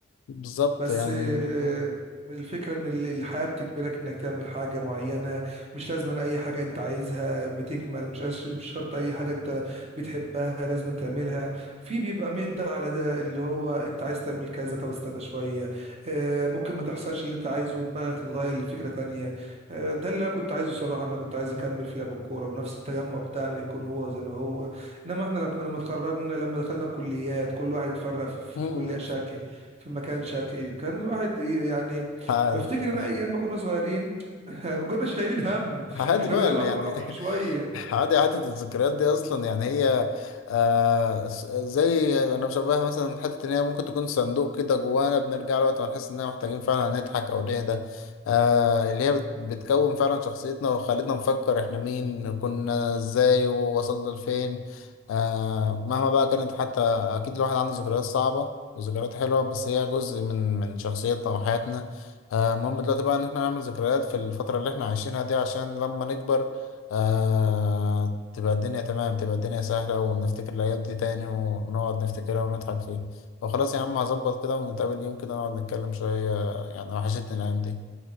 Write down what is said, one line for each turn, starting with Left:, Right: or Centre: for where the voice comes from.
Left: بالظبط
Right: بس
Left: يعني
Right: آه،
Left: مم.
Right: الفكرة ان ال- الحياة بتجبرك انك تعمل حاجة معينة مش لازم اي حاجة انت عايزها بتكمل مش أش- مش شرط اي حاجة انت بتحبها لازم تعملها في بيبقى من ده على ده اللي هو انت عايز تعمل كذا طب استنى شوية آه، ممكن ما تحصلش اللي انت عايزه ودماغك تتغير لفكرة تانية آه، ده اللي انا كنت عايزه صراحة انا كنت عايز اكمل في لعب الكورة ونفس التجمع بتاعنا يكون هو زي ما هو انما احنا لما لما اتخرجنا لما دخلنا الكليات كل واحد اتفرق في في-
Left: مم.
Right: في كلية شكل في مكان شكلي كان الواحد ي- يعني
Left: مم.
Right: بفتكر انا ايام ما كنا صغيرين <laughs> ما كناش شايلين هم
Left: عادي
Right: احنا
Left: بقى
Right: كنا
Left: اللي
Right: بنلعب
Left: يعني
Right: كوره كل شويه
Left: <laughs> عادي عادة الذكريات دي أصلا يعني هي آه س- زي أنا بشبهها مثلا حتة إن هي ممكن تكون صندوق كده جوانا بنرجع له وقت ما نحس إننا محتاجين فعلا نضحك أو نهدى آه اللي هي بت- بتكون فعلا شخصيتنا وخلتنا نفكر إحنا مين كنا إزاي ووصلنا لفين آه مهما بقى كانت حتى أكيد الواحد عنده ذكريات صعبة وذكريات حلوة بس هي جزء من من شخصيتنا وحياتنا آه، المهم دلوقتي بقى ان احنا نعمل ذكريات في الفترة اللي احنا عايشينها دي عشان لما نكبر آه تبقى الدنيا تمام تبقى الدنيا سهلة ونفتكر الأيام دي تاني ونقعد نفتكرها ونضحك فيها وخلاص يا عم هظبط كده ونتقابل يوم كده نقعد نتكلم شوية يعني وحشتني الأيام دي